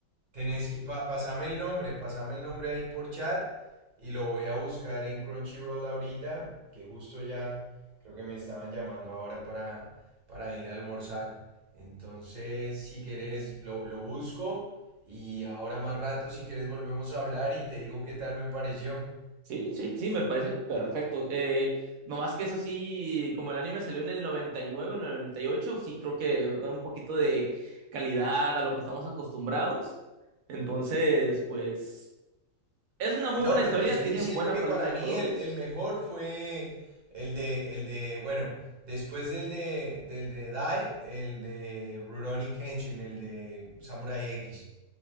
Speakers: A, on the right; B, on the right.
A: Tenés que, pa- pasame el nombre, pasame el nombre ahí por chat y lo voy a buscar en Crunchyroll ahorita, que justo ya creo que me estaban llamando ahora para, para ir a almorzar. Entonces, si querés, lo, lo busco y ahora más rato, si querés, volvemos a hablar y te digo qué tal me pareció.
B: Sí, sí, sí, me parece perfecto. Eh, no más que eso sí, como el anime salió en el 99, en el 98, sí creo que da un poquito de calidad a lo que estamos acostumbrados. Entonces, pues, es una muy
A: No,
B: buena
A: pero
B: historia,
A: te estoy
B: tiene
A: diciendo
B: buena
A: que
B: paleta
A: para
B: de
A: mí
B: colores.
A: el, el mejor fue el de, el de, bueno, después del de, del de Dai, el de Rurouni Kenshin, el de Samurai X.